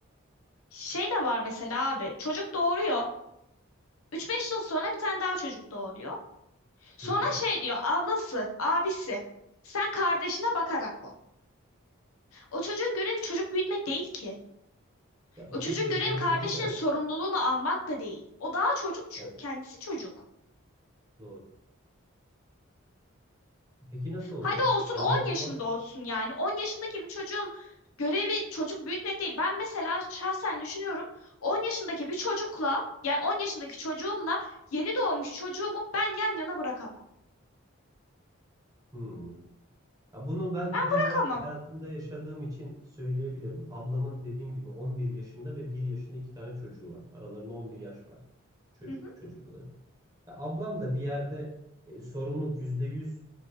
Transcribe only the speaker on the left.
Şey de var mesela abi. Çocuk doğuruyor. üç beş yıl sonra bir tane daha çocuk doğuruyor. Sonra
şey diyor ablası, abisi. Sen kardeşine bakarak ol. O çocuğun görevi çocuk büyütmek değil ki.
O çocuğun
görevi kardeşinin
sorumluluğunu almak da değil. O daha çocuk çünkü
kendisi çocuk.
Hadi olsun
10
yaşında olsun yani. 10 yaşındaki bir çocuğun görevi çocuk büyütmek değil. Ben mesela şahsen düşünüyorum 10 yaşındaki bir çocukla yani 10 yaşındaki çocuğumla yeni doğmuş çocuğumu ben yan yana bırakamam.
Ben
bırakamam.
Hı hı,